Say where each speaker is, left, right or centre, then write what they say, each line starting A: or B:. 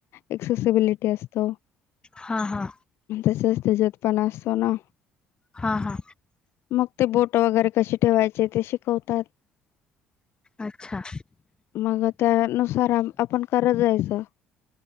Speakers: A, on the left; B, on the left.
A: एक्सेसबिलिटी असतो.
B: हा हा
A: तसंच त्याच्यात पण असतो ना.
B: हा हा
A: मग ते बोट वगैरे कशी ठेवायचे ते शिकवतात.
B: अच्छा.
A: मग त्यानुसार आपण करत जायचं